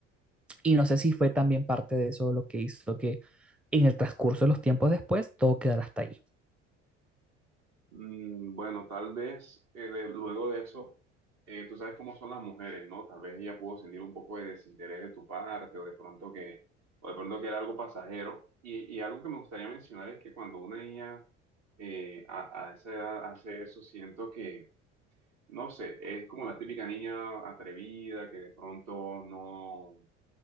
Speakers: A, in the centre; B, on the right.
A: Y no sé si fue también parte de eso lo que hizo que en el transcurso de los tiempos después todo quedara hasta ahí.
B: Mm, bueno, tal vez eh, de- luego de eso, eh, tú sabes cómo son las mujeres, ¿no? Tal vez ella pudo sentir un poco de desinterés de tu parte o de pronto que, o de pronto que era algo pasajero. Y, y algo que me gustaría mencionar es que cuando una niña eh, a, a esa edad hace eso, siento que No sé, es como la típica niña atrevida que de pronto no,